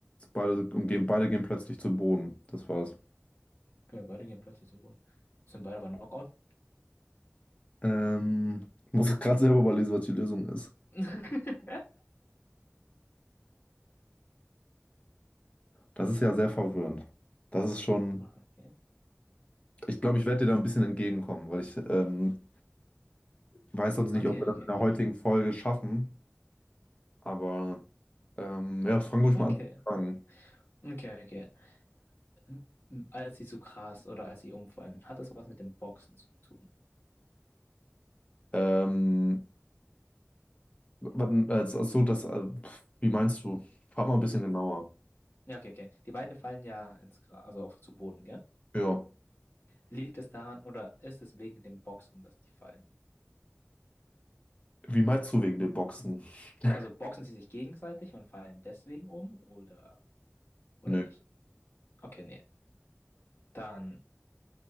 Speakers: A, on the left; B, on the left.
A: Beide, und gehen, beide gehen plötzlich zu Boden. Das war's.
B: Okay, beide gehen plötzlich zu Boden. Sind beide aber Knockout?
A: Ähm, ich muss <laughs> gerade selber überlesen, was die Lösung ist.
B: <laughs>
A: Das ist ja sehr verwirrend. Das ist schon.
B: Ah, Okay.
A: Ich glaube, ich werde dir da ein bisschen entgegenkommen, weil ich ähm, weiß sonst nicht,
B: Okay,
A: ob wir das
B: okay,
A: in
B: okay.
A: der heutigen Folge schaffen. Aber ähm, ja, fang ruhig
B: Okay.
A: mal an zu fragen.
B: Okay, okay. M- m- Als sie zu Gras oder als sie umfallen, hat das was mit dem Boxen zu tun?
A: Ähm, wann- äh, achso, das, äh, pf, wie meinst du? Frag mal ein bisschen genauer.
B: Ja, okay, okay. Die beiden fallen ja ins Gras, also auf, zu Boden, gell?
A: Ja.
B: Liegt es daran oder ist es wegen dem Boxen, dass die fallen?
A: Wie meinst du wegen dem Boxen? <laughs>
B: Also boxen sie sich gegenseitig und fallen deswegen um oder, oder
A: Nö.
B: nicht? Okay, nee. Dann